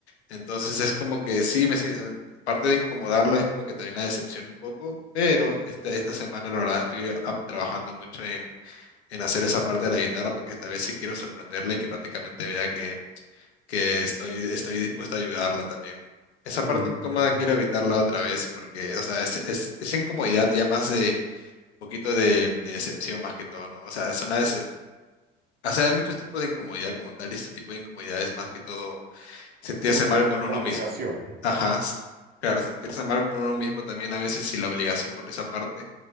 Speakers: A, on the left; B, on the right.
A: Entonces es como que sí, me siento, parte de incomodarla es como que también la decepción un poco, pero esta, esta semana la verdad estoy ah, trabajando mucho en, en hacer esa parte de la guitarra porque esta vez sí quiero sorprenderle y que prácticamente vea que que estoy, estoy dispuesto a ayudarla también, ¿no? Esa
B: Mm,
A: parte incómoda
B: claro.
A: quiero evitarla otra vez porque, o sea, es, es, esa incomodidad ya más de un poquito de, de decepción más que todo, ¿no? O sea, es una dece- o sea, hay muchos tipos de incomodidad como tal y este tipo de incomodidad es más que todo sentirse
B: Como que,
A: mal con uno
B: como
A: mismo.
B: obligación.
A: Ajá. s- Claro, sentirse mal con uno mismo también a veces y la obligación por esa parte.